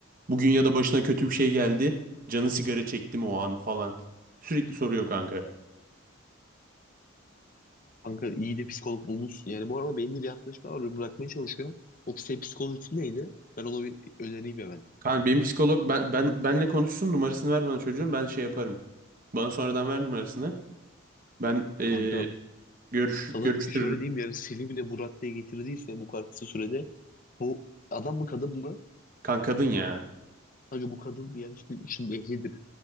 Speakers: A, on the right; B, on the left.
A: Bugün ya da başına kötü bir şey geldi. Canı sigara çekti mi o an falan. Sürekli soruyor kanka.
B: Kanka iyi de psikolog bulmuş. Yani bu arada benim de bir arkadaşım var. böyle Bırakmaya çalışıyor. O senin psikoloğun ismi neydi? Ben ona bir önereyim hemen.
A: Kanka benim psikolog ben, ben benle konuşsun numarasını ver bana çocuğum ben şey yaparım. Bana sonradan ver numarasını. Ben eee
B: Kanka
A: görüş,
B: sana
A: görüştürürüm.
B: şöyle diyeyim yani seni bile bu raddeye getirdiyse bu kadar kısa sürede bu adam mı kadın mı?
A: Kanka kadın ya.
B: Kanka bu kadın yani işte işin ehlidir.